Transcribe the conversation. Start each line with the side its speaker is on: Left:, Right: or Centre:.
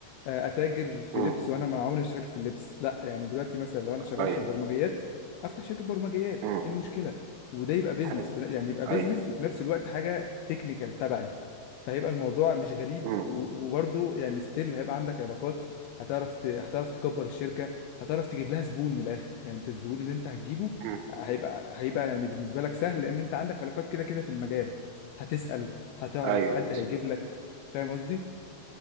Left: آه، اتاجر في
Right: مم.
Left: لبس وانا ما عمري ما اشتغلت في اللبس لا يعني دلوقتي مثلا لو انا شغال
Right: ايوه
Left: في البرمجيات افتح شركه برمجيات
Right: مم.
Left: ايه المشكله وده يبقى بيزنس
Right: حلو
Left: في- يعني يبقى بيزنس
Right: ايوه
Left: وفي نفس الوقت حاجه تكنيكال تبعي فهيبقى الموضوع مش غريب
Right: مم.
Left: و- وبرضه يعني ستيل هيبقى عندك علاقات هتعرف ت... هتعرف تكبر الشركه هتعرف تجيب لها زبون من الاخر يعني انت الزبون اللي انت هتجيبه
Right: مم.
Left: هيبقى هيبقى يعني بالنسبه لك سهل لان انت عندك علاقات كده كده في المجال هتسال هتعرف
Right: ايوه
Left: حد
Right: بالظبط
Left: هيجيب لك فاهم قصدي